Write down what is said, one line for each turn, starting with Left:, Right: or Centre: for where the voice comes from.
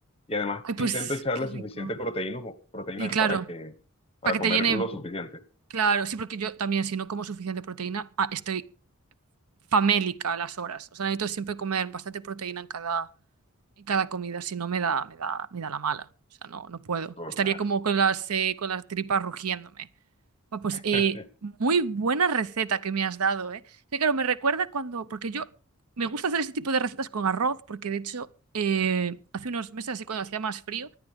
Left: Y además
Right: Ay, pues
Left: intento echarle
Right: qué rico.
Left: suficiente proteína, proteína
Right: Sí, claro.
Left: para que, para
Right: Para que
Left: comer
Right: te llene.
Left: lo suficiente.
Right: Claro, sí, porque yo también, si no como suficiente proteína, ah, estoy famélica a las horas. O sea, necesito siempre comer bastante proteína en cada, en cada comida, si no me da, me da, me da la mala. O sea, no, no puedo.
Left: O
Right: Estaría
Left: sea,
Right: como con las, eh, con las tripas rugiéndome. Ah, Pues eh,
Left: <laughs>
Right: muy buena receta que me has dado, ¿eh? Sí, claro, me recuerda cuando, porque yo me gusta hacer este tipo de recetas con arroz, porque de hecho eh, hace unos meses, así cuando hacía más frío,